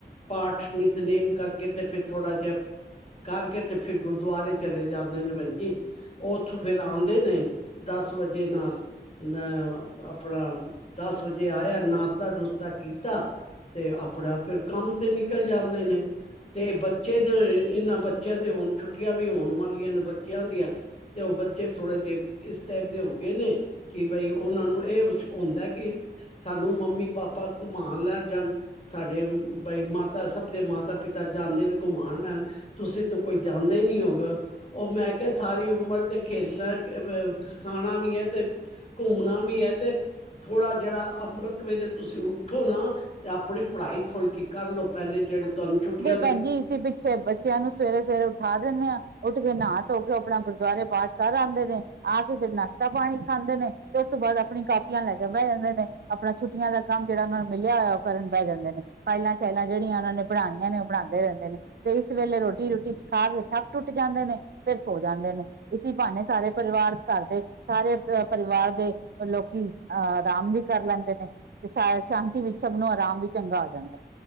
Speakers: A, on the left (about 35°); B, on the right (about 65°).
A: ਪਾਠ ਨਿਤਨੇਮ ਕਰਕੇ ਫਿਰ ਥੋੜਾ ਜਿਹਾ ਕਰਕੇ ਤੇ ਫਿਰ ਗੁਰਦੁਆਰੇ ਚਲੇ ਜਾਂਦੇ ਨੇ ਭੈਜੀ ਉਹ ਓਥੋਂ ਫੇਰ ਆਉਂਦੇ ਨੇ ਦਸ ਵਜੇ ਨਾਲ ਅ ਆਪਣਾ ਦਸ ਵਜੇ ਆਇਆ ਨਾਸ਼ਤਾ ਨੁਸ਼ਤਾ ਕੀਤਾ ਤੇ ਆਪਣਾ ਫਿਰ ਕੰਮ ਤੇ ਨਿਕਲ ਜਾਂਦੇ ਨੇ ਤੇ ਬੱਚੇ ਦੇ ਇਹਨਾਂ ਬੱਚਿਆਂ ਦੇ ਹੁਣ ਵੀ ਉਹ ਵਾਲੀਆਂ ਨੂੰ ਬੱਚਿਆਂ ਹੁੰਦੀਆਂ ਤੇ ਉਹ ਬੱਚੇ ਵੀ ਥੋੜੇ ਜਿਹੇ ਇਸ ਟਾਈਪ ਦੇ ਹੋ ਗਏ ਨੇ ਕਿ ਬਈ ਉਹਨਾਂ ਨੂੰ ਇਹ ਹੁੰਦਾ ਕਿ ਸਾਨੂੰ ਮੰਮੀ ਪਾਪਾ ਘੁਮਾਣ ਲੈ ਜਾਣ ਸਾਡੇ ਬਈ ਮਾਤਾ ਸਭ ਦੇ ਮਾਤਾ ਪਿਤਾ ਤਾਂ ਜਾਂਦੇ ਨੇ ਘੁਮਾਣ ਲੈਣ ਤੁਸੀਂ ਤਾਂ ਕੋਈ ਜਾਂਦੇ ਨੀ ਹੋਗੇ ਉਹ ਮੈਂ ਕਿਹਾ ਸਾਰੀ ਉਮਰ ਤੇ ਖੇਲਣਾ ਖਾਣਾ ਵੀ ਹੈ ਤੇ ਘੁੰਮਣਾ ਵੀ ਹੈ ਤੇ ਥੋੜਾ ਜਿਹੜਾ ਅੰਮ੍ਰਿਤ ਵੇਲੇ ਤੁਸੀਂ ਉੱਠੋ ਨਾ ਤੇ ਆਪਣੀ ਪੜ੍ਹਾਈ ਥੋੜ੍ਹੀ ਜਿਹੀ ਕਰ ਲਓ ਪਹਿਲੇ ਜਿਹੜੇ ਤੁਹਾਨੂੰ ੁੱਟੀ
B: ਭੈਣਜੀ <unintelligible> ਪਿੱਛੇ ਬੱਚਿਆਂ ਨੂੰ ਸਵੇਰੇ ਸਵੇਰੇ ਉਠਾ ਦਿੰਦੇ ਹਾਂ ਉੱਠ ਕੇ ਨਾ ਹਾਂ ਧੋ ਕੇ ਆਪਣਾ ਗੁਰਦੁਆਰੇ ਪਾਠ ਕਰ ਆਉਂਦੇ ਨੇ ਆ ਕੇ ਫਿਰ ਨਾਸ਼ਤਾ ਪਾਣੀ ਖਾਂਦੇ ਨੇ ਤੇ ਉਸ ਤੋਂ ਬਾਅਦ ਆਪਣੀ ਕਾਪੀਆਂ ਲੈ ਕੇ ਬਹਿ ਜਾਂਦੇ ਨੇ ਆਪਣਾ ਛੁਟੀਆਂ ਦਾ ਕੰਮ ਜਿਹੜਾ ਉਹ ਨੂੰ ਮਿਲਿਆ ਹੋਇਆ ਉਹ ਕਰਨ ਬਹਿ ਜਾਂਦੇ ਨੇ ਫਾਇਲਾਂ ਸ਼ਾਇਲਾਂ ਜਿਹੜੀਆਂ ਉਹਨਾਂ ਨੇ ਬਣਾਉਣੀਆਂ ਨੇ ਉਹ ਬਣਾਉਂਦੇ ਰਹਿੰਦੇ ਨੇ ਤੇ ਇਸ ਵੇਲੇ ਰੋਟੀ -ਰੋਟੀ ਖਾ ਕੇ ਥੱਕ ਟੁੱਟ ਜਾਂਦੇ ਨੇ ਫਿਰ ਸੋ ਜਾਂਦੇ ਨੇ ਇਸ ਭਾਨੇ ਸਾਰੇ ਪਰਿਵਾਰ ਘਰ ਦੇ ਸਾਰੇ ਅਹ ਪਰਿਵਾਰ ਦੇ ਲੋਕੀ ਅਹ ਆਰਾਮ ਵੀ ਕਰ ਲੈਂਦੇ ਨੇ ਤੇ ਸ ਸ਼ਾਂਤੀ ਵਿੱਚ ਸਭ ਨੂੰ ਆਰਾਮ ਵੀ <unintelligible>